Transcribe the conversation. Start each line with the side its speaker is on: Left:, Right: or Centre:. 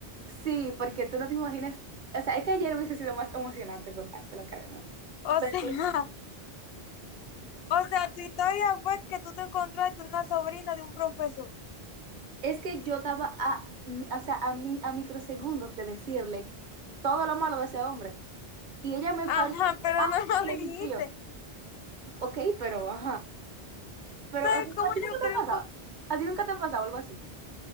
Right: sí, porque tú no te imaginas. O sea, es que ayer hubiese sido más emocionante contártelo, créeme.
Left: O
Right: Pero
Left: sea, <laughs> o sea, tu historia fue que tú te encontraste una sobrina de un profesor.
Right: Es que yo estaba a, o sea, a, mi, a microsegundos de decirle todo lo malo de ese hombre. Y ella me
Left: Ajá,
Right: paró.
Left: pero
Right: Ah,
Left: no lo
Right: que
Left: dijiste.
Right: le mentí yo. Ok, pero ajá. Pero
Left: ¿Tú sabes
Right: ¿a ti,
Left: cómo
Right: a ti
Left: yo
Right: nunca te
Left: creo
Right: ha pasado?
Left: que.?
Right: ¿A ti nunca te ha pasado algo así?